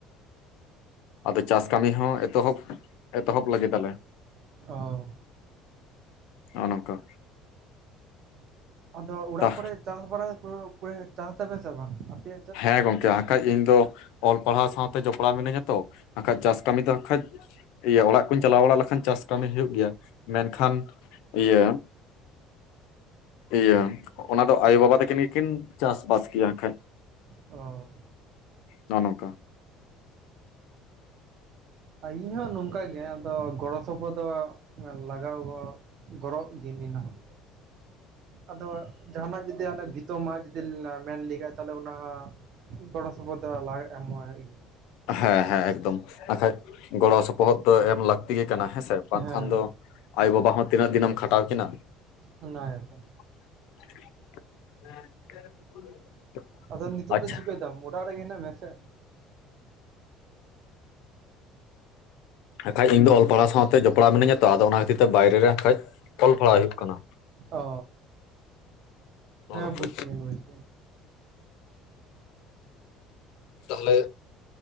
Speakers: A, on the left; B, on the right.
A: ᱟᱫᱚ ᱪᱟᱥ ᱠᱟᱹᱢᱤ ᱦᱚᱸ ᱮᱛᱚᱦᱚᱵ, ᱮᱛᱚᱦᱚᱵ ᱞᱟᱹᱜᱤᱫ ᱟᱞᱮ᱾
B: ᱚ᱾
A: ᱱᱚᱜᱼᱚ ᱱᱚᱝᱠᱟ
B: ᱟᱫᱚ ᱚᱲᱟᱜ
A: ᱛᱟ
B: ᱠᱚᱨᱮ ᱪᱟᱥ ᱵᱟᱲᱟᱭ <unintelligible> ᱪᱟᱥ ᱫᱟᱯᱮ ᱥᱮ ᱵᱟᱝ ᱟᱯᱮ?
A: ᱦᱮᱸ ᱜᱚᱢᱠᱮ ᱟᱝᱠᱷᱟᱡ ᱤᱧ ᱫᱚ ᱚᱞ ᱯᱟᱲᱦᱟᱣ ᱥᱟᱶᱛᱮ ᱡᱚᱯᱲᱟᱣ ᱢᱤᱱᱟᱹᱧᱟ ᱛᱚ ᱟᱨᱠᱷᱟᱡ ᱪᱟᱥ ᱠᱟᱹᱢᱤ ᱫᱚ ᱠᱷᱟᱡ ᱤᱭᱟᱹ ᱚᱲᱟᱜ ᱠᱚᱧ ᱪᱟᱞᱟᱣ ᱵᱟᱲᱟ ᱞᱮᱠᱷᱟᱱ ᱪᱟᱥ ᱠᱟᱹᱢᱤ ᱦᱩᱭᱩᱜ ᱜᱮᱭᱟ᱾ ᱢᱮᱱᱠᱷᱟᱱ ᱤᱭᱟᱹ ᱤᱭᱟᱹ ᱚᱱᱟ ᱫᱚ ᱟᱭᱳ ᱵᱟᱵᱟ ᱛᱟᱹᱠᱤᱱ ᱜᱮᱠᱤᱱ ᱪᱟᱥᱵᱟᱥ ᱜᱮᱭᱟ ᱦᱟᱜ ᱠᱷᱟᱡ᱾
B: ᱚ᱾
A: ᱱᱚᱜᱼᱚ ᱱᱚᱝᱠᱟ᱾
B: ᱚ᱾ ᱤᱧ ᱦᱚᱸ ᱱᱚᱝᱠᱟ ᱜᱮ ᱟᱫᱚ ᱜᱚᱲᱚ ᱥᱚᱯᱚᱦᱚᱫ ᱥᱚᱯᱚ ᱫᱚ ᱞᱟᱜᱟᱣ ᱜᱚᱲᱚ ᱜᱚᱨᱚᱜ ᱜᱮᱧ ᱦᱚᱸ ᱟᱫᱚ ᱡᱟᱦᱟᱱᱟᱜ ᱡᱩᱫᱤ ᱟᱱᱮ ᱵᱷᱤᱛᱟᱹ ᱢᱮᱱ ᱞᱮᱜᱟᱭ ᱛᱟᱦᱚᱞᱮ ᱚᱱᱟ ᱦᱚᱸ ᱜᱚᱲᱚ ᱥᱚᱯᱚᱦᱚᱫ ᱫᱚ ᱞᱟᱜᱟᱜ ᱮᱢᱚᱜ ᱦᱩᱭᱩᱜ ᱜᱮᱭᱟ᱾
A: ᱦᱮᱸ ᱦᱮᱸ ᱮᱠᱫᱚᱢ᱾ ᱵᱟᱠᱷᱟᱡ ᱜᱚᱲᱚ ᱥᱚᱯᱚᱦᱚᱫ ᱫᱚ ᱮᱢ ᱞᱟᱠᱛᱤ ᱞᱟᱠᱛᱤ ᱜᱮ ᱠᱟᱱᱟ ᱦᱮᱸᱥᱮ? ᱵᱟᱝᱠᱷᱟᱱ
B: ᱦᱮᱸ
A: ᱫᱚ ᱟᱭᱳ ᱵᱟᱵᱟ ᱦᱚᱸ ᱛᱤᱱᱟᱹᱜ ᱫᱤᱱ ᱮᱢ ᱠᱷᱟᱴᱟᱣ ᱠᱤᱱᱟ᱾
B: ᱚᱱᱟ ᱜᱮ ᱥᱮ᱾
A: <inaudible>
B: ᱟᱫᱚ ᱱᱤᱛᱚᱜ
A: ᱟᱪᱪᱷᱟ
B: ᱫᱚ ᱪᱤᱠᱟᱹᱭ ᱫᱟᱢ ᱚᱲᱟᱜ ᱨᱮᱜᱮ ᱦᱮᱱᱟᱜ ᱢᱮᱭᱟ ᱥᱮ?
A: ᱟᱨᱠᱷᱟᱡ ᱤᱧ ᱫᱚ ᱚᱞ ᱯᱟᱲᱦᱟᱣ ᱥᱟᱶᱛᱮ ᱡᱚᱯᱲᱟᱣ ᱢᱤᱱᱟᱹᱧᱟ ᱛᱚ᱾ ᱟᱫᱚ ᱚᱱᱟ ᱠᱷᱟᱹᱛᱤᱨ ᱛᱮ ᱵᱟᱭᱨᱮ ᱨᱮ ᱠᱷᱟᱡ ᱚᱞ ᱯᱟᱲᱦᱟᱣ ᱦᱩᱭᱩᱜ ᱠᱟᱱᱟ᱾
B: ᱚ᱾
A: ᱱᱚᱜᱼᱚ
B: ᱦᱮᱸ
A: ᱱᱚᱝᱠᱟ
B: ᱵᱩᱡ ᱠᱤᱫᱟᱸᱧ
A: ᱛᱟᱦᱚᱞᱮ